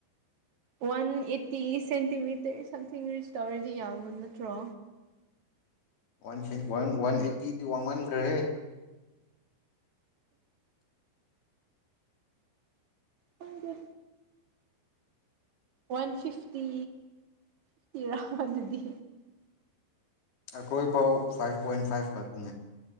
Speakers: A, on the right; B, on the left.
A: ꯋꯥꯟ ꯑꯦꯠꯇꯤ ꯁꯦꯟꯇꯤꯃꯤꯇꯔ ꯁꯝꯊꯤꯡ ꯔꯤꯁ ꯇꯧꯔꯗꯤ ꯌꯥꯔ ꯅꯠꯇ꯭ꯔꯣ
B: ꯋꯥꯟ ꯋꯥꯟ ꯋꯥꯟ ꯑꯩꯠꯇꯤꯗꯨ ꯋꯥ ꯋꯥꯟꯈ꯭ꯔꯦ
A: ꯈꯪꯗꯦ ꯋꯥꯟ ꯐꯤꯐꯇꯤ ꯐꯇꯤ ꯑꯗꯨꯗꯤ
B: ꯑꯩꯈꯣꯏ ꯄꯥꯎ ꯐꯥꯏꯚ ꯄꯣꯏꯟ ꯐꯥꯏꯚ ꯈꯛꯇꯅꯦ